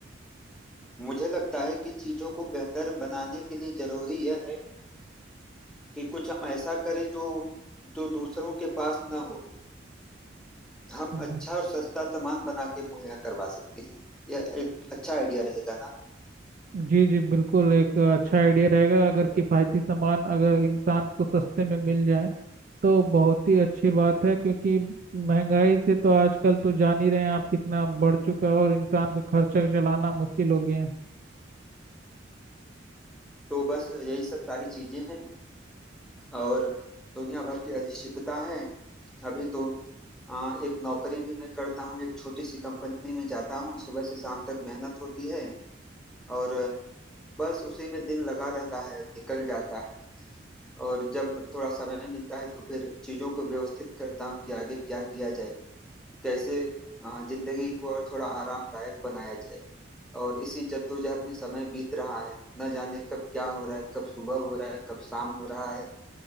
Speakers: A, in the centre; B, on the right (about 45°).
A: मुझे लगता है कि चीजों को बेहतर बनाने के लिए जरूरी यह है कि कुछ हम ऐसा करें जो जो दूसरों के पास ना हो हम
B: जी
A: अच्छा और सस्ता सामान बना के मुहैया करवा सकते हैं यह एक अच्छा आइडिया रहेगा ना
B: जी जी, बिल्कुल एक अच्छा आइडिया रहेगा अगर किफ़ायती सामान अगर इंसान को सस्ते में मिल जाए तो बहुत ही अच्छी बात है क्योंकि महंगाई से तो आजकल तो जान ही रहे हैं आप कितना बढ़ चुका है और इंसान का खर्चा चलाना मुश्किल हो गया है
A: तो बस यही सब सारी चीजें हैं और दुनिया भर की अनिश्चितता है अभी तो आ, एक नौकरी भी मैं करता हूँ एक छोटी सी कंपनी में जाता हूँ सुबह से शाम तक मेहनत होती है और बस उसी में दिन लगा रहता है निकल जाता है और जब थोड़ा समय मिलता है तो फिर चीजों को व्यवस्थित करता हूँ कि आगे क्या किया जाए कैसे अ, जिंदगी को और थोड़ा आरामदायक बनाया जाए और इसी जद्दोजहद में समय बीत रहा है न जाने कब क्या हो रहा है कब सुबह हो रहा है कब शाम हो रहा है